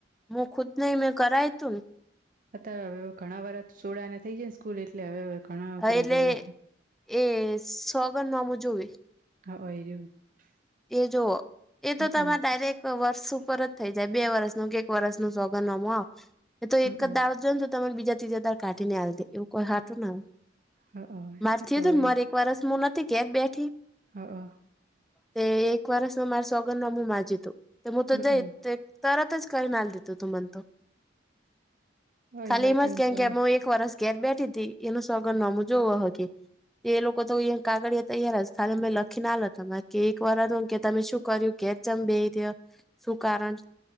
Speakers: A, in the centre; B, on the right (about 45°).
A: હું ખુદ નહ મેં કરા હતું ન.
B: અ હવે ઘણા વર સોડા ને થઈ જાય ને સ્કૂલ એટલે હવે. ઘણા
A: હા
B: પેલું
A: એટલે
B: જોવે
A: એ સોગંદ નામું જોવી.
B: <unintelligible>
A: એ જો એ
B: હમમ
A: તો તમારે ડાયરેક્ટ. વર્ષ ઉપર જ થઈ જાય બે વર્ષ નુ કે એક વર્ષ નુ સોગન નામુ આવે એ તો
B: હમમ
A: એક જ દારજ તમે બીજા ત્રીજા દાડે કાઢી ને આલ દે એવું કોઈ હાટું ના
B: હ
A: મારથી
B: એ તો
A: હતું
B: હવે
A: ને મારે ફરસ મુું નથી ઘેર બેઠી.
B: હા.
A: તે એક વરસ નુ મારા સોગંદનામુ માજયુ તું તો હું તો
B: હમમ
A: જઈ તરત જ કઈ ના દો, તમને તો
B: હોય
A: ખાલી
B: હોય
A: એમાં
B: કન
A: જ કે
B: તો
A: કે એક. એક વરસ ઘેર બેઠી હતી, એનું સગન નમું જોવો કે. એ લોકો તો અયા કાગડીયા તૈયાર જ, ખાલી મેં લખીને લ તમારે. કે, એક વાર હતું કે તમે શું કર્યું? કેમ બે રહયા, શું કારણ?